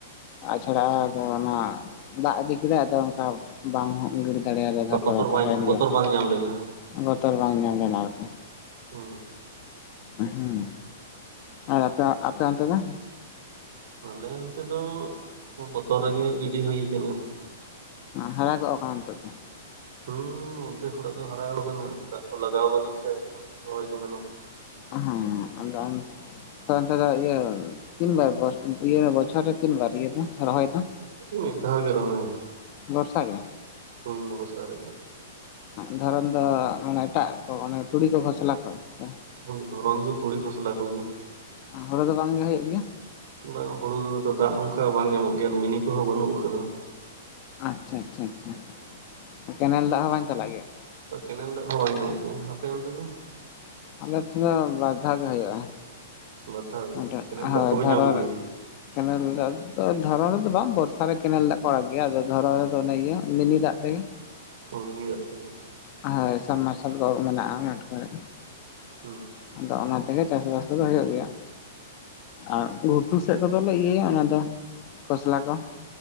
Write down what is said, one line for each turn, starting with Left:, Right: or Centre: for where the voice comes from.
Left: ᱟᱪᱷᱟᱲᱟ ᱨᱮ ᱚᱱᱟ ᱫᱟᱜ ᱤᱫᱤ ᱠᱮᱫᱟᱭ ᱟᱫᱚ ᱚᱝᱠᱟ ᱵᱟᱝ ᱦᱚᱸᱜ ᱜᱤᱲᱤ ᱫᱟᱲᱮᱭᱟᱫᱟ
Right: ᱚᱱᱠᱟ
Left: ᱡᱷᱚᱛᱚᱨᱮ
Right: ᱵᱚᱛᱚᱨ ᱵᱟᱝ
Left: ᱛᱟᱦᱮᱱ
Right: ᱵᱚᱛᱚᱨ
Left: ᱜᱮ
Right: ᱵᱟᱝ ᱧᱟᱢ ᱞᱮᱱᱟ
Left: ᱵᱚᱛᱚᱨ ᱵᱟᱝ ᱧᱟᱢ ᱞᱮᱱᱟ ᱟᱨᱠᱤ᱾
Right: ᱦᱩᱸ ᱦᱩᱸ
Left: ᱦᱩᱸ ᱟᱨ ᱟᱯᱮ ᱟᱯᱮ ᱚᱱᱛᱮ ᱫᱚ?
Right: ᱟᱞᱮ ᱚᱱᱛᱮ ᱫᱚ ᱵᱚᱛᱚᱨ ᱜᱮ ᱜᱤᱰᱤ ᱦᱩᱭ ᱠᱟᱱᱟ᱾
Left: ᱦᱟᱨᱟ ᱜᱚᱜ ᱠᱟᱱᱟ ᱱᱤᱛᱚᱜ ᱫᱚ?
Right: ᱦᱩᱸ ᱚᱫᱫᱷᱮᱠ ᱦᱚᱲᱟᱜ ᱫᱚ ᱦᱟᱨᱟᱣ ᱠᱟᱱᱟ ᱫᱟᱜ ᱠᱚ ᱞᱟᱜᱟᱣ ᱵᱟ ᱞᱮᱱ ᱠᱷᱟᱡ <inaudible> ᱨᱚᱦᱚᱭ ᱫᱚ ᱜᱟᱱᱚᱜᱼᱟ᱾
Left: ᱦᱩᱸ ᱟᱫᱚ ᱚᱱ ᱯᱮ ᱚᱱᱛᱮ ᱫᱚ ᱤᱭᱟᱹ ᱛᱤᱱ ᱵᱟᱨ ᱵᱚᱥ ᱤᱭᱟᱹ ᱵᱚᱪᱚᱨ ᱨᱮ ᱛᱤᱱ ᱵᱟᱨ ᱤᱭᱟᱹ ᱫᱚ ᱨᱚᱦᱚᱭ ᱫᱚ?
Right: ᱢᱤᱫ ᱫᱷᱟᱣ ᱜᱮ ᱨᱚᱦᱚᱭ
Left: ᱵᱚᱨᱥᱟ ᱜᱮ
Right: ᱦᱩᱸ ᱵᱚᱨᱥᱟ ᱨᱮᱜᱮ᱾
Left: ᱫᱷᱚᱨᱚᱱ ᱫᱚ ᱢᱟᱱᱮ ᱮᱴᱟᱜ ᱠᱚ ᱚᱱᱮ ᱛᱩᱲᱤ ᱠᱚ ᱠᱷᱚᱥᱞᱟ ᱠᱚ ᱥᱮ?
Right: ᱦᱩᱸ ᱫᱷᱚᱨᱚᱱ ᱫᱚ ᱛᱩᱲᱤ, ᱠᱷᱚᱥᱞᱟ ᱠᱚᱜᱮ᱾
Left: ᱦᱳᱲᱳ ᱫᱚ ᱵᱟᱝ ᱜᱮ ᱦᱳᱭᱳᱜ ᱜᱮᱭᱟ?
Right: ᱵᱟᱝ ᱦᱩᱲᱩ ᱫᱚ ᱟᱫᱚ ᱫᱟᱜ ᱚᱱᱠᱟ ᱵᱟᱝ ᱧᱟᱢᱚᱜ ᱜᱮᱭᱟ ᱟᱨ ᱢᱤᱱᱤ ᱠᱚ ᱦᱚᱸ ᱵᱟᱹᱱᱩᱜ ᱟᱠᱟᱫᱟ᱾
Left: ᱟᱪᱪᱷᱟ ᱟᱪᱪᱷᱟ ᱟᱪᱪᱷᱟ, ᱠᱮᱱᱮᱞ ᱫᱟᱜ ᱦᱚᱸ ᱵᱟᱝ ᱪᱟᱞᱟᱜ ᱜᱮᱭᱟ?
Right: ᱛᱚ ᱠᱮᱱᱮᱞ ᱫᱟᱜ ᱦᱚᱸ ᱵᱟᱝ ᱧᱟᱢᱚᱜ ᱜᱮᱭᱟ, ᱟᱯᱮ ᱚᱱᱛᱮ ᱫᱚ?
Left: ᱟᱞᱮ ᱴᱷᱮᱱ ᱫᱚ ᱵᱟᱨ ᱫᱷᱟᱣ ᱜᱮ ᱦᱳᱭᱳᱜᱼᱟ,
Right: ᱵᱟᱨ ᱫᱷᱟᱣ ᱜᱮ
Left: ᱚᱸᱰᱮ
Right: ᱠᱮᱱᱮᱞ
Left: ᱦᱳᱭ
Right: ᱫᱟᱜ ᱠᱚᱯᱮ
Left: ᱫᱷᱚᱨᱚᱱ
Right: ᱧᱟᱢ ᱜᱮᱭᱟ
Left: ᱨᱮ ᱠᱮᱱᱮᱞ ᱫᱟᱜ ᱫᱚ ᱫᱷᱚᱨᱚᱱ ᱨᱮᱫᱚ ᱵᱟᱝ ᱵᱚᱨᱥᱟ ᱨᱮ ᱠᱮᱱᱮᱞ ᱫᱟᱜ ᱠᱚ ᱟᱲᱟᱜ ᱜᱮᱭᱟ᱾ ᱟᱫᱚ ᱫᱷᱚᱨᱚᱱ ᱨᱮᱫᱚ ᱚᱱᱮ ᱤᱭᱟᱹ ᱢᱤᱱᱤ ᱫᱟᱜ ᱛᱮᱜᱮ᱾
Right: ᱚ ᱢᱤᱱᱤ ᱫᱟᱜ ᱛᱮᱜᱮ᱾
Left: ᱦᱳᱭ ᱥᱟᱵᱽᱢᱟᱨᱥᱟᱞ ᱠᱚ ᱦᱚᱸ ᱢᱮᱱᱟᱜᱼᱟ ᱢᱟᱴᱷ ᱠᱚᱨᱮ᱾
Right: ᱦᱩᱸ᱾
Left: ᱟᱫᱚ ᱚᱱᱟ ᱛᱮᱜᱮ ᱪᱟᱥᱵᱟᱥ ᱠᱚᱫᱚ ᱦᱳᱭᱳᱜ ᱜᱮᱭᱟ᱾ ᱟᱨ ᱜᱷᱩᱴᱩ ᱥᱮᱫ ᱠᱚᱫᱚ ᱞᱮ ᱤᱭᱟᱹᱭᱟ ᱚᱱᱟ ᱫᱚ ᱠᱚᱥᱞᱟ ᱠᱚ᱾